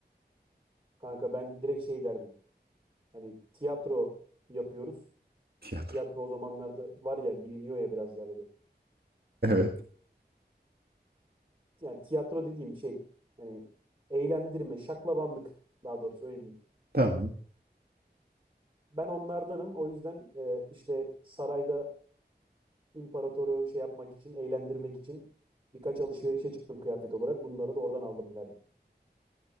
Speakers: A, on the right; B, on the right.
A: Kanka ben direkt şey derdim. Hani tiyatro yapıyoruz.
B: Tiyatro.
A: Tiyatro
B: <laughs>
A: o zamanlarda var ya biliniyor ya biraz daha böyle.
B: Evet,
A: Yani tiyatro dediğim şey hani eğlendirme, şaklabanlık daha doğrusu öyle diyeyim.
B: tamam.
A: Ben onlardanım. O yüzden e, işte sarayda imparatoru şey yapmak için, eğlendirmek için birkaç alışverişe çıktım kıyafet olarak. Bunları da oradan aldım derdim.